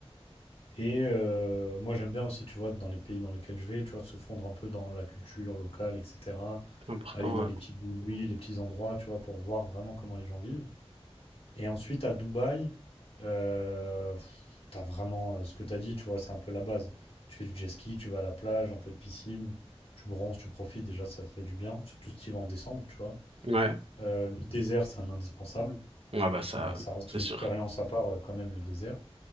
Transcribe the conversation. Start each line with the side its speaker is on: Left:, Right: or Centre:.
Left: Et euh, moi, j'aime bien aussi, tu vois, dans les pays dans lesquels je vais, tu vois, se fondre un peu dans la culture locale, etc.
Right: Important,
Left: Aller dans
Right: ouais.
Left: les petits boui les petits endroits, tu vois, pour voir vraiment comment les gens vivent. Et ensuite, à Dubaï, euh, pff, t'as vraiment euh, ce que t'as dit, tu vois, c'est un peu la base. Tu fais du jet ski, tu vas à la plage, un peu de piscine, tu bronzes, tu profites, déjà, ça fait du bien, surtout si tu y vas en décembre, tu vois.
Right: Ouais.
Left: Euh, le désert, c'est un indispensable.
Right: Ouais, bah ça,
Left: Euh, ça reste
Right: c'est
Left: une
Right: sûr.
Left: expérience à part, euh, quand même, le désert.